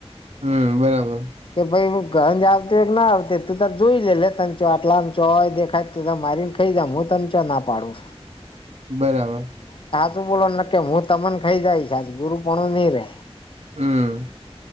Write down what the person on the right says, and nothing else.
હમ બરાબર.
બરાબર.
હમ